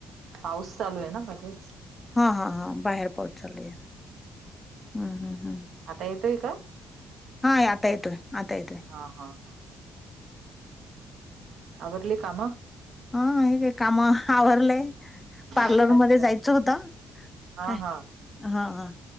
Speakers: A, on the right; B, on the left.
A: पाऊस चालू आहे ना मगेच
B: हा हा हां बाहेर पोचलले ह ह
A: आता येतोय का?
B: हा आतायेतय आतायय
A: हा हा हा आवरवरले काम.
B: हा हे काय काम आवरवरलंय. पार्लरमध्येध्ये
A: अच्छा
B: जायचं होत
A: हा
B: काय?
A: हा
B: हा ह